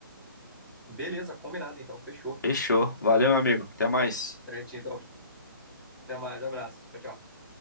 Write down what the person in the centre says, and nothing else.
Beleza, combinado, então, fechou.
Certinho, então, até mais, abraço. Tchau, tchau.